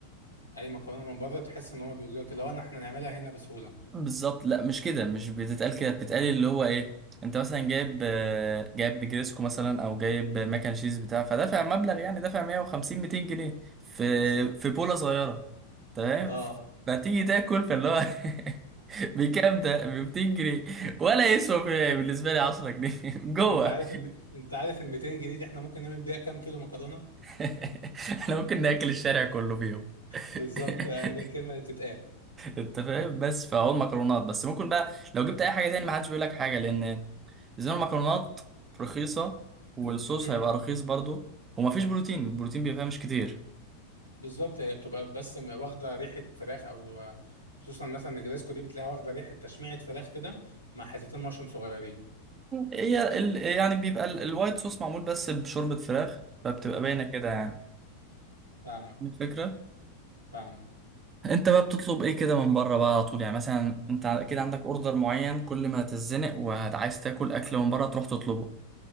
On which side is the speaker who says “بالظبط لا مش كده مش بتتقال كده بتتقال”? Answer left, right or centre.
Right